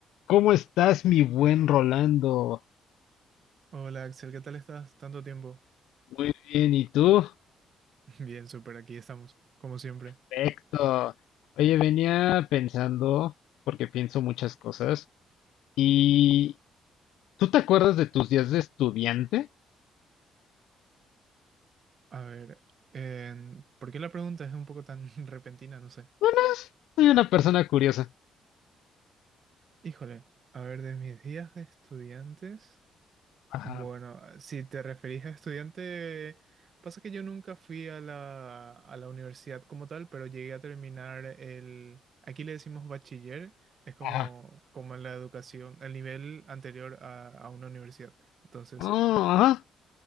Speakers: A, on the left; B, on the right.
A: ¿Cómo estás, mi buen Rolando?
B: Hola Axel, ¿qué tal estás? Tanto tiempo.
A: Muy bien, ¿y tú?
B: <laughs> Bien, súper, aquí estamos, como siempre.
A: Perfecto. Oye, venía pensando, porque pienso muchas cosas, y ¿tú te acuerdas de tus días de estudiante?
B: A ver, en- ¿por qué la pregunta es un poco tan <laughs> repentina? No sé.
A: Bueno, soy una persona curiosa.
B: Híjole, a ver, de mis días de estudiantes.
A: Ajá,
B: Bueno, si te referís a estudiante, pasa que yo nunca fui a la, a la universidad como tal, pero llegué a terminar el... Aquí le decimos bachiller, es como,
A: ajá.
B: como la educación, el nivel anterior a, a una universidad. Entonces...
A: Oh, ajá.